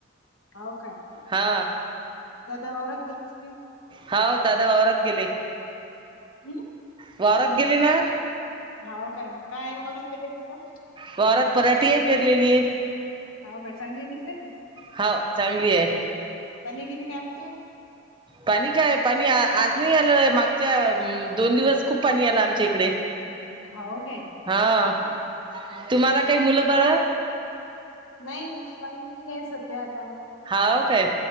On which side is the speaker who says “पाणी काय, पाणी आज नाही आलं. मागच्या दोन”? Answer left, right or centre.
Right